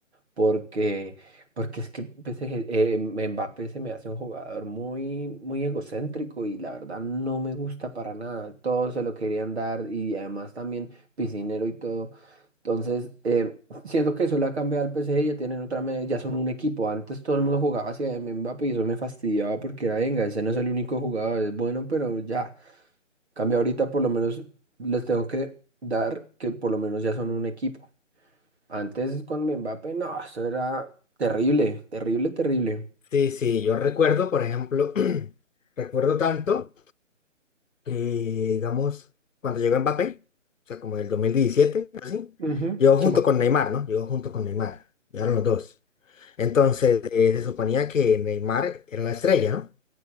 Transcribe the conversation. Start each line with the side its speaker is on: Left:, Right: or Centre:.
Right: porque, porque es que PSG, eh, M- Mbappé se me hace un jugador muy, muy egocéntrico y la verdad no me gusta para nada. Todos se lo querían dar y además también piscinero y todo. Entonces, eh, <laughs> siento que eso le ha cambiado al PSG, ya tienen otra, me- ya son un equipo. Antes todo el mundo jugaba hacia Mbappé y eso me fastidiaba porque era, venga, ese no es el único jugador, es bueno, pero ya. Cambia ahorita por lo menos les tengo que dar que por lo menos ya son un equipo. Antes con Mbappé, no, eso era terrible, terrible, terrible.
Left: Sí, sí, yo recuerdo, por ejemplo, <clears throat> recuerdo tanto que, digamos, cuando llegó Mbappé, o sea, como en el 2017 así,
Right: Ujú,
Left: llegó junto
Right: sí, más
Left: con
Right: o menos.
Left: Neymar, ¿no? Llegó junto con Neymar, llegaron los dos. Entonces, eh, se suponía que Neymar era la estrella, ¿no?